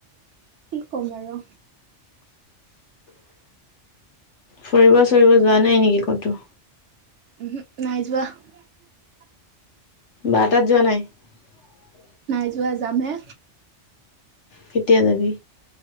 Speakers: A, on the right; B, on the left.
A: কি ক'ম আৰু।
B: ফুৰিব চুৰিব যোৱা নাই নেকি ক'তো?
A: উহো নাইজোৱা? <unintelligible>
B: বাটাত যোৱা নাই? <unintelligible>
A: নাই যোৱা যাম হে।
B: কেতিয়া যাবি।